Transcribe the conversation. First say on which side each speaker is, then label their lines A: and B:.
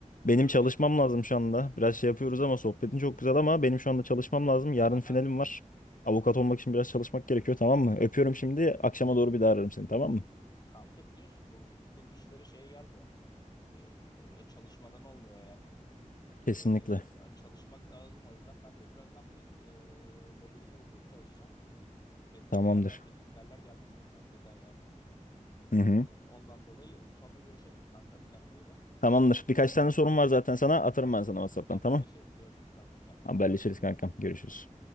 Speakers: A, on the left; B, on the left.
A: benim
B: öyle
A: çalışmam
B: kanka.
A: lazım şu anda. Biraz şey yapıyoruz ama sohbetin çok güzel ama benim şu anda çalışmam lazım. Yarın
B: Haha.
A: finalim var. Avukat olmak için biraz çalışmak gerekiyor tamam mı? Öpüyorum şimdi. Akşama doğru bir daha ararım seni tamam mı?
B: Kanka biliyorsun bu hukuk işleri şeye gelmiyor. Ee, çalışmadan olmuyor yani.
A: Kesinlikle.
B: Ee, çalışmak lazım o yüzden. Ben de birazdan bir e, medeni hukuk çalışacağım. E, Benim
A: Tamamdır.
B: de finaller ge- finaller geldi çünkü hakikaten yani.
A: Hı
B: Ee,
A: hı.
B: ondan dolayı sonra görüşelim kankam. Kendine iyi bak.
A: Tamamdır. Birkaç tane
B: Haberle
A: sorum var zaten sana.
B: <laughs>
A: Atarım
B: Haha.
A: ben sana WhatsApp'tan
B: haberleşiriz.
A: tamam.
B: Görüşürüz kanka. Kendine
A: Haberleşiriz
B: iyi bak.
A: kankam. Görüşürüz.